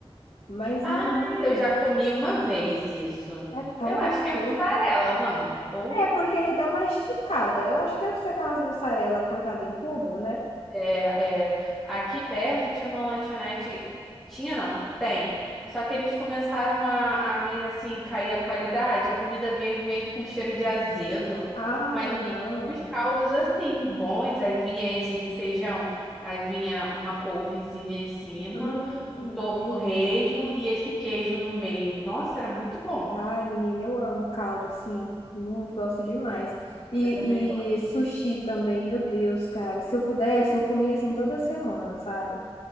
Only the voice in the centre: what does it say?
Ah,
eu já comi uma vez isso.
Eu
acho que é mussarela, não? Ou
É, é, aqui perto tinha uma lanchonete. Tinha, não? Tem. Só que eles começaram a, a meio assim cair a qualidade, a comida veio meio com cheiro de azedo.
Mas vendia
uns caldos assim, bons. Aí vinha esse de feijão, aí vinha uma couvezinha em cima,
um torresmo
e esse queijo no meio. Nossa, era muito bom.
Eu também gosto.